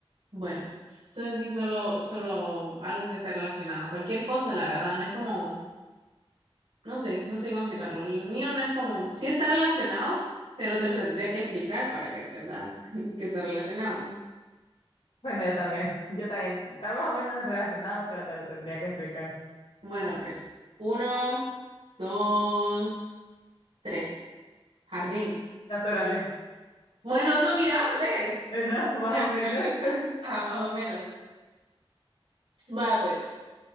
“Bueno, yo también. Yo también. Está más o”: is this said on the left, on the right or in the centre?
Left